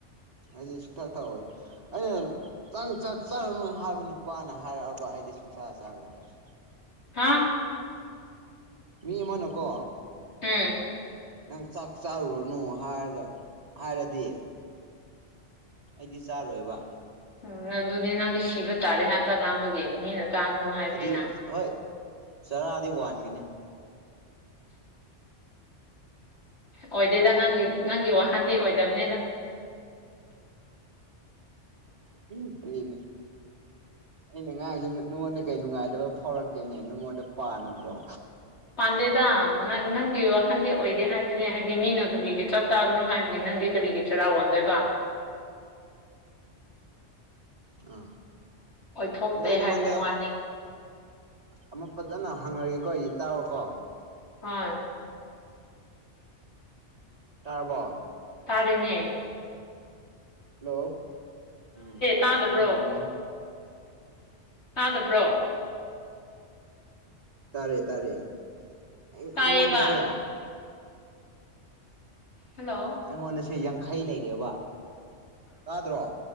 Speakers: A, on the right; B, on the left.
A: ꯑꯩꯗꯤ ꯁꯨꯡꯊꯥꯛ ꯊꯥꯛꯑꯣ ꯑꯩꯅ ꯆꯪ ꯆꯥꯛ ꯆꯥꯔꯅꯣꯏ ꯍꯥꯏꯕ ꯅꯨꯄꯥꯅ ꯍꯥꯏꯔꯛꯑꯕ ꯑꯩꯗꯤ ꯁꯨꯡꯁꯥ ꯆꯥꯔꯣꯏ ꯍꯥꯏꯔꯤꯁꯤꯅꯦ
B: ꯍꯥ
A: ꯃꯤ ꯑꯃꯅꯀꯣ
B: ꯍꯝ
A: ꯅꯪ ꯆꯥꯛ ꯆꯥꯔꯨꯔꯨꯅꯨ ꯍꯥꯏꯔꯒ ꯍꯥꯏꯔꯗꯤ ꯑꯩꯗꯤ ꯆꯥꯔꯣꯏꯕ
B: ꯎꯝ ꯑꯗꯨꯗꯤ ꯅꯪꯗꯤ ꯁꯤꯕ ꯇꯥꯔꯦ ꯍꯥꯟ ꯆꯥꯛ ꯂꯥꯝꯕꯒꯤ ꯃꯤꯅ ꯇꯥꯒꯅꯨ ꯍꯥꯏꯕꯅꯤꯅ
A: ꯑꯗꯨ ꯍꯣꯏ ꯆꯔꯥꯗꯤ ꯋꯥꯟꯒꯅꯤ
B: ꯑꯣꯏꯗꯦꯗ ꯅꯪ ꯅꯪꯒꯤ ꯋꯥꯈꯟꯗꯤ ꯑꯣꯏꯗꯕꯅꯤꯗ
A: ꯀꯔꯤ ꯑꯩꯅ ꯑ ꯉꯥꯡꯉꯤꯁꯦ ꯅꯉꯣꯟꯗ ꯀꯩ ꯅꯨꯡꯉꯥꯏꯗꯕ ꯐꯥꯎꯔꯛꯀꯦꯅꯦ ꯅꯉꯣꯟꯗ ꯄꯥꯟꯕ꯭ꯔꯣ
B: ꯄꯥꯟꯗꯦꯗ ꯅꯪ ꯅꯪꯒꯤ ꯋꯥꯈꯟꯗꯤ ꯑꯣꯏꯗꯦ ꯍꯥꯏꯕꯅꯦ ꯍꯥꯏꯗꯤ ꯃꯤꯅ ꯀꯔꯤꯒꯤ ꯆꯥꯛ ꯆꯥꯒꯅꯣ ꯍꯥꯏꯕꯒꯤ ꯅꯪꯒꯤ ꯀꯔꯤꯒꯤ ꯆꯔꯥ ꯋꯥꯟꯗꯣꯏꯅꯣ ꯀ
A: ꯑꯥ
B: ꯑꯣꯏꯊꯣꯛꯇꯦ
A: ꯑꯗꯣ ꯑꯩ ꯅꯉꯣꯟꯗ
B: ꯍꯥꯏꯕꯗꯤ ꯋꯥꯅꯤ
A: ꯑꯃ ꯐꯖꯅ ꯍꯪꯉꯒꯦꯀꯣ ꯑꯩ ꯇꯥꯔꯣꯀꯣ
B: ꯍꯣꯏ
A: ꯇꯥꯔꯕꯣ
B: ꯇꯥꯔꯅꯦ
A: ꯍꯜꯂꯣ ꯎꯝ
B: ꯇꯥꯗꯕ꯭ꯔꯣ
A: ꯑꯩ ꯍꯥꯪꯒꯦ
B: ꯇꯥꯗꯕꯔꯣ
A: ꯇꯥꯔꯦ ꯇꯥꯔꯦ ꯑꯩꯉꯣꯟꯗꯁꯦ
B: ꯇꯥꯏꯌꯦꯕ ꯍꯜꯂꯣ
A: ꯑꯩꯉꯣꯟꯗꯁꯦ ꯌꯥꯡꯈꯩ ꯂꯩꯔꯦꯕ ꯇꯥꯗ꯭ꯔꯣ